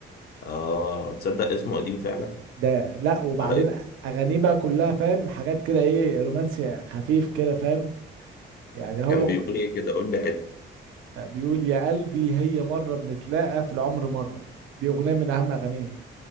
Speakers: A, on the left (about 50°); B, on the right (about 85°).
A: اه تصدق اسمه قديم فعلا
B: ده لا وبعدين
A: على اسم.
B: اغانيه بقى كلها فاهم حاجات كده ايه رومانسي خفيف كده فاهم يعني هو
A: كان بيقول ايه كده قول لي حته
B: بيقول يا قلبي هي مرة بنتلاقى في العمر مرة دي أغنية من أهم أغانيه